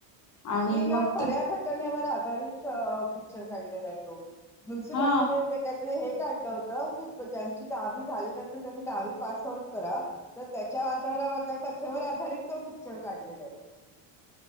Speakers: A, on the left (about 40°); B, in the centre.
A: आणि
B: ति ना
A: मग
B: खऱ्या
A: ते
B: घटनेवर आधारित पिक्चर काढलेला आहे म्यन्सिपालिटी
A: हा
B: म ते कायतरी हे लं होत की ज्यांची दहावी झाली नसेल त्यांनी दहावी पास आउट करा तर त्याच्या आधारावर त्या कथेवर आधारित तो पिक्चर काढलेला आहे